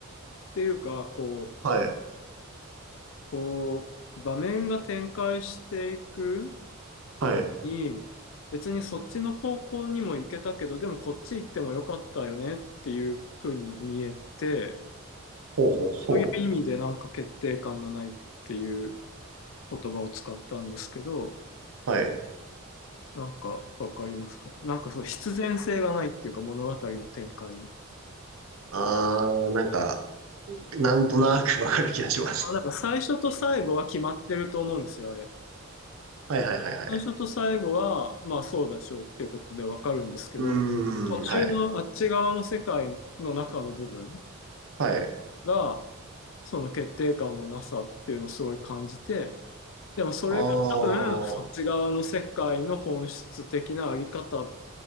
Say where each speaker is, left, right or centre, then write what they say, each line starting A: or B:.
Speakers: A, on the left; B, on the right.
A: ていうか、こう、
B: はい。
A: こう、場面が展開していく
B: はい。
A: ときに、別にそっちの方向にも行けたけど、でもこっち行ってもよかったよねっていうふうに見えて、
B: ほうほうほ
A: そういう意味でなんか決定感がないっていう言葉を使ったんですけど、
B: う。はい。
A: なんかわかりますかね。なんかそう必然性がないっていうか物語の展開に。
B: ああ、なんか、なんとなくわかる気がします。
A: あ、なんか最初と最後は決まってると思うんですよ、あれ。
B: はいはいはいはい。
A: 最初と最後は、まあそうでしょうっていうことでわかるんですけど、
B: うーん、
A: 途中のあっち側の世界の中の部分
B: はい。はい。
A: が、その決定感のなさっていうのをすごい感じて、でもそれが多分そっち側の世界の本質的なあり方っ
B: ああ、